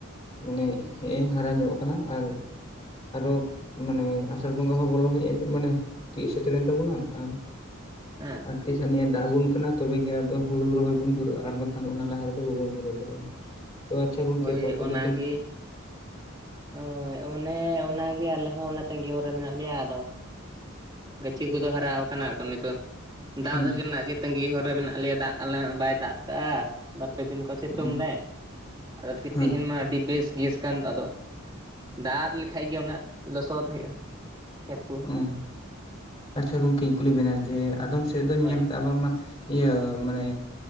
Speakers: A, on the left; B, on the right.
A: ᱢᱟᱱᱮ ᱦᱮᱸᱜ ᱮ ᱦᱟᱨᱟ ᱧᱚᱜ ᱟᱠᱟᱱᱟ ᱟᱨᱼᱼ ᱟᱨᱚ ᱢᱟᱱᱮ ᱟᱥᱟᱲ ᱵᱚᱸᱜᱟ ᱦᱚᱸ ᱵᱚᱞᱚ ᱦᱩᱭᱩᱜᱼᱟ ᱢᱟᱱᱮᱼᱼ ᱛᱤᱭᱳᱜ ᱥᱮᱴᱮᱨᱮᱱ ᱛᱟᱵᱚᱱᱟ ᱟᱨ᱾
B: ᱦᱮᱸ
A: ᱟᱨ ᱛᱤᱥ ᱟᱱᱤᱡ ᱮ ᱫᱟᱜ ᱟᱵᱚᱱ ᱠᱟᱱᱟ ᱛᱚᱵᱮ ᱜᱮ ᱟᱫᱚ ᱦᱩᱲᱩ ᱨᱚᱦᱚᱭ ᱵᱚᱱ ᱫᱷᱩᱨᱟᱹᱜᱼᱟ ᱟᱨ ᱵᱟᱠᱷᱟᱱ ᱚᱱᱟ ᱞᱟᱦᱟ ᱨᱮᱫᱚ ᱵᱟᱵᱚᱱ ᱫᱷᱩᱨᱟᱹᱣ ᱫᱟᱲᱮᱭᱟᱜᱼᱟ᱾ ᱛᱚ ᱟᱪᱪᱷᱟ ᱜᱚᱝᱠᱮ
B: ᱦᱳᱭ
A: ᱛᱚ ᱟᱯᱮ ᱫᱚᱼᱼ
B: ᱚᱱᱟᱜᱮ᱾ ᱦᱳᱭ ᱚᱱᱮ ᱚᱱᱟᱜᱮ ᱟᱞᱮ ᱦᱚᱸ ᱚᱱᱟ ᱛᱟᱹᱜᱤ ᱦᱚᱨ ᱨᱮ ᱢᱮᱱᱟᱜ ᱞᱮᱭᱟ ᱟᱫᱚᱼᱼ ᱜᱟᱹᱪᱷᱤ ᱠᱚᱫᱚ ᱦᱟᱨᱟ ᱟᱠᱟᱱᱟ ᱛᱚ ᱱᱤᱛᱚᱜ ᱫᱟᱜ
A: ᱦᱮᱸ
B: ᱨᱮᱱᱟᱜ ᱜᱮ ᱛᱟᱺᱜᱤ ᱦᱚᱨ ᱨᱮ ᱢᱮᱱᱟᱜ ᱞᱮᱭᱟ ᱫᱟᱜᱼᱼ ᱟᱞᱮ ᱱᱮ ᱵᱟᱭ ᱫᱟᱜ ᱠᱟᱜ-ᱟ ᱵᱟᱨ-ᱯᱮ ᱫᱤᱱ ᱠᱚ ᱥᱤᱛᱩᱝ
A: ᱦᱮᱸ
B: ᱫᱮᱭᱼᱼ ᱟᱫᱚ ᱯᱷᱤᱨ
A: ᱦᱳᱭ
B: ᱛᱮᱦᱤᱧ ᱢᱟ ᱟᱹᱰᱤ ᱵᱮᱥ ᱜᱮᱥᱼᱼ ᱠᱟᱱ ᱟᱫᱚ ᱫᱟᱜ ᱞᱮᱠᱷᱟᱱ ᱜᱮ ᱚᱱᱟ ᱞᱚᱥᱚᱫ ᱦᱩᱭᱩᱜ-ᱟ, ᱠᱷᱮᱛ ᱠᱚᱼᱼ
A: ᱦᱩᱸ, ᱟᱪᱪᱷᱟ ᱜᱚᱢᱠᱮᱧ ᱠᱩᱞᱤ ᱵᱮᱱᱟ ᱡᱮ ᱟᱫᱚᱢ ᱥᱮᱫ ᱫᱚᱧ ᱧᱮᱞ
B: ᱦᱳᱭ
A: ᱠᱟᱜ-ᱟ ᱵᱟᱝ ᱢᱟᱼᱼ ᱤᱭᱟᱹ ᱢᱟᱱᱮ